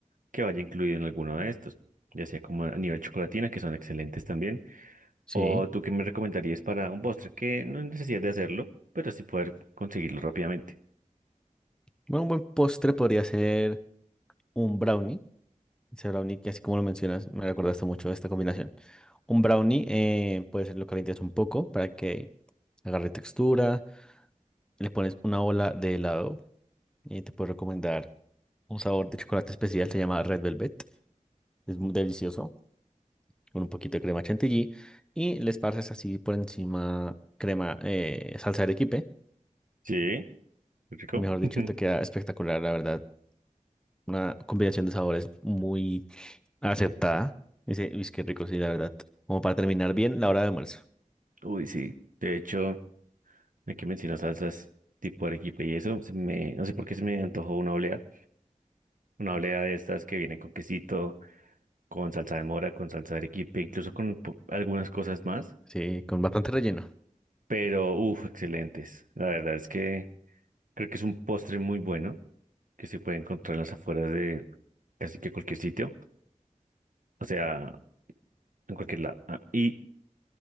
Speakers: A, on the right; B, in the centre.
A: que vaya incluido en alguno de estos, ya sea como a nivel chocolatina, que son excelentes también,
B: Sí.
A: o tú qué me recomendarías para un postre que no hay necesidad de hacerlo, pero sí poder conseguirlo rápidamente.
B: Bueno, un buen postre podría ser un brownie Ese brownie, que así como lo mencionas, me recordaste mucho esta combinación. Un brownie, eh, pues lo calientas un poco para que agarre textura. Le pones una ola de helado y te puedo recomendar un sabor de chocolate especial, se llama Red Velvet. Es muy delicioso, con un poquito de crema chantilly. Y le esparces así por encima crema, eh, salsa de arequipe.
A: Sí, rico.
B: Y mejor
A: <laughs>
B: dicho, te queda espectacular, la verdad. Una combinación de sabores muy acertada. Dice, uy, qué rico, sí, la verdad. Como para terminar bien la hora de almuerzo.
A: Uy, sí. De hecho, aquí mencionas salsas tipo arequipe y eso, se me, no sé por qué se me antojó una oblea, una oblea de estas que vienen con quesito, con salsa de mora, con salsa de arequipe, incluso con po- algunas cosas más,
B: Sí, con bastante relleno.
A: pero uff, excelentes. La verdad es que Creo que es un postre muy bueno que se puede encontrar en las afueras de casi que cualquier sitio, o sea, en cualquier lado. Ah, Y